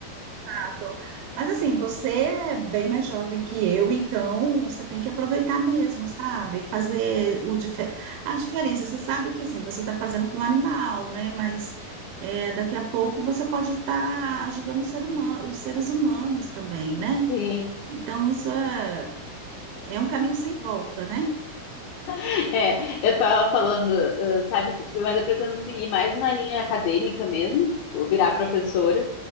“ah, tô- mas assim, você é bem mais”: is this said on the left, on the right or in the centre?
Right